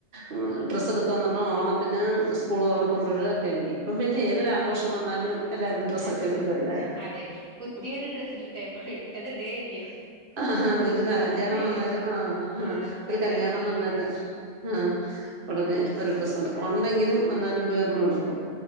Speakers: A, on the right; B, on the right.
A: ഉം ഡ്രെസ്സ് എടുക്കാന്ന് പറഞ്ഞ ഓണത്തിന് സ്കൂള് തുറക്കുമ്പഴ് ഒക്കെ അല്ലിയോ ഇപ്പം പിന്നെ ഏതൊരാഘോഷം വന്നാലും എല്ലാരും ഡ്രസ്സൊക്കെ
B: ഡ്രസ്സ്
A: എടുക്കുവല്ലേ
B: എടുക്കും അതെ പുതിയൊരു ഡ്രസ്സ് ഇട്ടിട്ടെ ഇട്ടത് ഇടേ ഇല്ല
A: ആ ആ ഒരു കല്യാണം
B: അത് ശരിയാ
A: വന്നാലും ആ
B: ആഹ്
A: ഒരു കല്യാണം
B: വന്ന്
A: വന്നാല
B: കഴിഞ്ഞാല്
A: ആ ഒടനേ ക്കൊര്
B: അതെ
A: ഡ്രസ്സ് എടുക്കണം ഇണ്ടെങ്കിലും എന്നാലും വേറൊരെണ്ണം എടുക്കും.